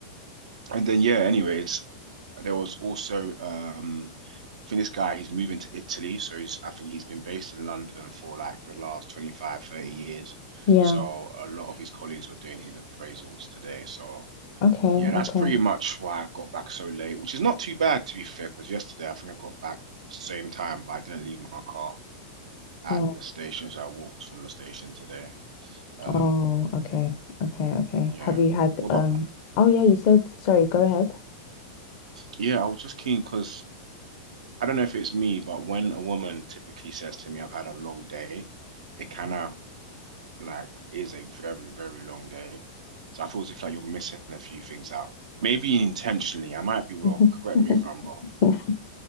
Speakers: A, on the right; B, on the left.
A: And then yeah, anyways, there was also um I think this guy he's moving to Italy, so he's I think he's been based in London for like the last 25, 30 years.
B: Yeah.
A: So a lot of his colleagues were doing his appraisals today. So
B: Okay.
A: yeah, that's
B: Okay.
A: pretty much why I got back so late, which is not too bad to be fair, because yesterday I think I got back the same time, but I didn't leave my car at
B: Oh.
A: the station, so I walked from the station today. Um
B: Oh. Okay. Okay. Okay.
A: yeah.
B: Have you had
A: Well, but
B: um? Oh yeah. You said sorry. Go
A: yeah, I was just keen because I don't know if it's me, but when a woman typically says to me, I've had a long day, it kind of like is a very, very long day. So I feel as if like you're missing a few things out. Maybe intentionally, I might be wrong.
B: ahead.
A: Correct
B: <laughs>
A: me if I'm wrong.